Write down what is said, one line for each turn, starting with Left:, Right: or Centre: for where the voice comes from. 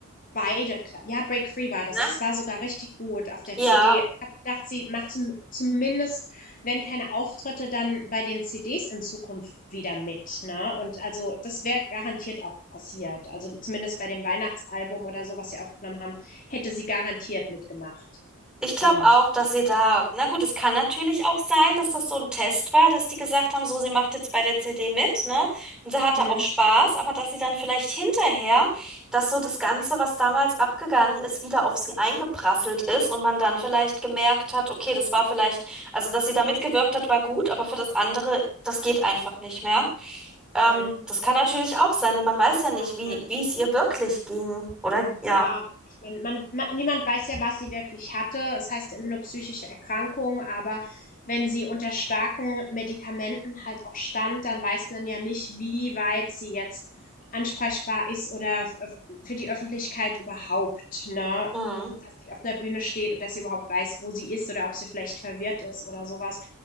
Left: Beide, ja, Break Free war das.
Centre: ne?
Left: Das war sogar richtig gut auf der
Centre: Ja,
Left: CD. Ich habe gedacht, sie macht zum, zumindest, wenn keine Auftritte, dann bei den CDs in Zukunft wieder mit. Ne? Und also das wäre garantiert auch passiert. Also zumindest bei dem Weihnachtsalbum oder so, was sie aufgenommen haben, hätte sie garantiert mitgemacht.
Centre: Ich glaube
Left: Ähm,
Centre: auch, dass sie da, na gut, es kann natürlich auch sein, dass das so ein Test war, dass die gesagt haben, so, sie macht jetzt bei der CD mit, ne? Und sie hatte
Left: hm,
Centre: auch Spaß, aber dass sie dann vielleicht hinterher, dass so das Ganze, was damals abgegangen ist, wieder auf sie eingeprasselt ist und man dann vielleicht gemerkt hat, okay, das war vielleicht, also dass sie da mitgewirkt hat, war gut, aber für das andere, das geht einfach nicht mehr. Ähm,
Left: hm,
Centre: das kann natürlich auch sein, denn man weiß ja
Left: kann
Centre: nicht,
Left: auch
Centre: wie,
Left: sein.
Centre: wie es ihr wirklich ging oder ja.
Left: Ja, ich meine, man man niemand weiß ja, was sie wirklich hatte. Es heißt ja immer nur psychische Erkrankung, aber wenn sie unter starken Medikamenten halt auch stand, dann weiß man ja nicht, wie weit sie jetzt ansprechbar ist oder f äh, für die Öffentlichkeit überhaupt, ne?
Centre: Hm,
Left: Dass sie auf 'ner Bühne steht und dass sie überhaupt weiß, wo sie ist oder ob sie vielleicht verwirrt ist oder sowas.